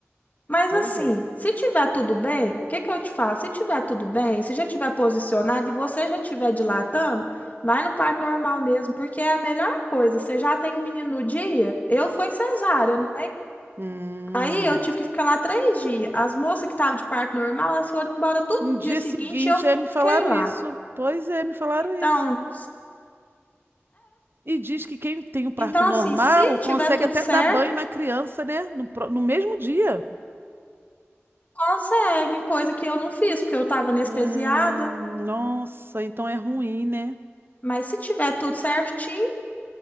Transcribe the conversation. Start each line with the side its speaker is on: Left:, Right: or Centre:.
Left: Mas
Right: Pois
Left: assim,
Right: é.
Left: se tiver tudo bem, o que que eu te falo? Se tiver tudo bem, se já tiver posicionado e você já tiver dilatando, vai no parto normal mesmo, porque é a melhor coisa. Você já tem um menino no dia? Eu foi cesárea, né?
Right: Hum.
Left: Aí eu tive que ficar lá três dias. As moças que estavam de parto normal, elas foram embora todo
Right: No dia
Left: dia seguinte
Right: seguinte,
Left: e eu
Right: é, me falaram
Left: fiquei lá.
Right: isso. Pois é, me falaram
Left: Então,
Right: isso. E diz que quem tem um parto
Left: então
Right: normal
Left: assim, se tiver
Right: consegue
Left: tudo
Right: até
Left: certo,
Right: dar banho na criança, né? No, pro- no mesmo dia.
Left: consegue, coisa que eu não fiz, porque eu estava anestesiada.
Right: Hum, nossa, então é ruim, né?
Left: Mas se tiver tudo certinho,